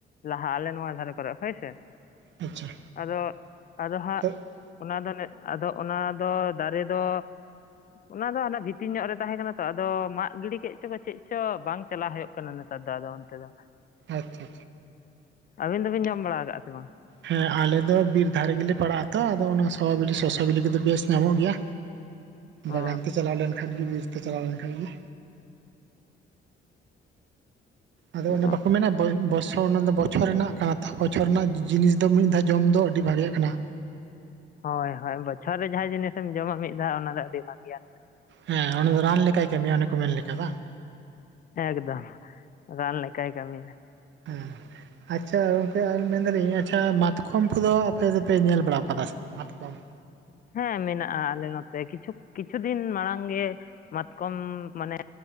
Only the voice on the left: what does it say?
ᱞᱟᱦᱟ ᱟᱞᱮ ᱱᱚᱣᱟ ᱫᱷᱟᱨᱮ ᱠᱚᱨᱮ ᱦᱳᱭ ᱥᱮ
ᱟᱫᱚ ᱟᱫᱚ
ᱦᱟᱸᱜ ᱚᱱᱟ ᱫᱚ ᱟᱫᱚ ᱚᱱᱟ ᱫᱚ ᱫᱟᱨᱮ ᱫᱚ ᱚᱱᱟ ᱫᱚ ᱟᱱᱟ ᱵᱷᱤᱛᱤᱨ ᱧᱚᱜ ᱨᱮ ᱛᱟᱦᱮᱸ ᱠᱟᱱᱟ ᱛᱚ ᱟᱫᱚ ᱢᱟᱜ ᱜᱤᱰᱤ ᱠᱮᱫ ᱪᱚ ᱠᱚ ᱪᱮᱫ ᱪᱚ ᱵᱟᱝ ᱪᱟᱞᱟᱜ ᱦᱩᱭᱩᱜ ᱠᱟᱱᱟ ᱱᱮᱛᱟᱨ ᱫᱚ ᱟᱫᱚ ᱚᱱᱛᱮ ᱫᱚ
ᱟᱹᱵᱤᱱ ᱫᱚᱵᱤᱱ ᱡᱚᱢ ᱵᱟᱲᱟ ᱟᱠᱟᱫᱼᱟ ᱥᱮ ᱵᱟᱝ
ᱚ
ᱚ
ᱦᱳᱭ ᱦᱳᱭ ᱵᱚᱪᱷᱚᱨ ᱨᱮ ᱡᱟᱦᱟᱸ ᱡᱤᱱᱤᱥᱮᱢ ᱡᱚᱢᱟ ᱢᱤᱫ ᱫᱷᱟᱣ ᱚᱱᱟ ᱫᱚ ᱟᱹᱰᱤ ᱵᱷᱟᱜᱮᱭᱟ᱾
ᱮᱠᱫᱚᱢ ᱨᱟᱱ ᱞᱮᱠᱟᱹᱭ ᱠᱟᱹᱢᱤᱭᱟ᱾
ᱦᱮᱸ ᱢᱮᱱᱟᱜᱼᱟ ᱟᱞᱮ ᱱᱚᱛᱮ ᱠᱤᱪᱷᱩ ᱠᱤᱪᱷᱩ ᱫᱤᱱ ᱢᱟᱲᱟᱝ ᱜᱮ ᱢᱟᱛᱠᱚᱢ ᱢᱟᱱᱮ